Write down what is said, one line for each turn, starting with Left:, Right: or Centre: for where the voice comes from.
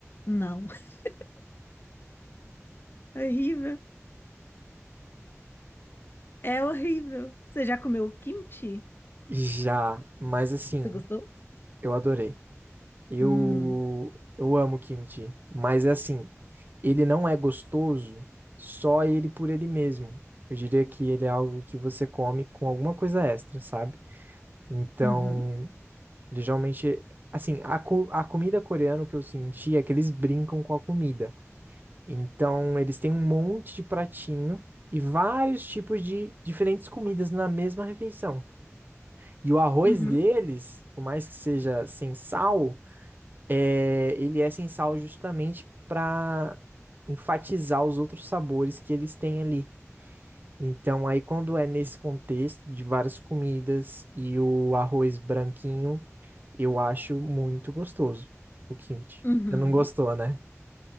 Left: Não. <laughs> É horrível. É horrível. Você já comeu kimchi?
Right: Já, mas assim,
Left: Você gostou?
Right: eu adorei. Eu,
Left: Hum.
Right: eu amo kimchi, mas é assim, ele não é gostoso só ele por ele mesmo. Eu diria que ele é algo que você come com alguma coisa extra, sabe? Então,
Left: Uhum.
Right: ele geralmente, assim, a, co- a comida coreana, o que eu senti é que eles brincam com a comida. Então, eles têm um monte de pratinho e vários tipos de diferentes comidas na mesma refeição. E o arroz
Left: Uhum.
Right: deles, por mais que seja sem sal, é, ele é sem sal justamente para enfatizar os outros sabores que eles têm ali. Então, aí quando é nesse contexto de várias comidas e o arroz branquinho, eu acho muito gostoso o kimchi.
Left: Uhum.
Right: Você não gostou, né?